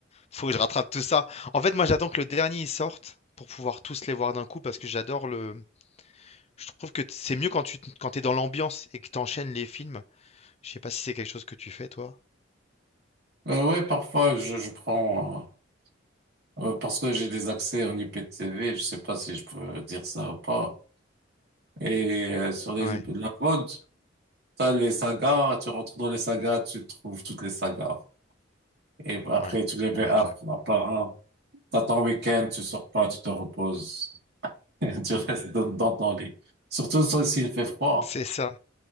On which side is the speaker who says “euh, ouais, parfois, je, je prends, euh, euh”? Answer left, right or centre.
Right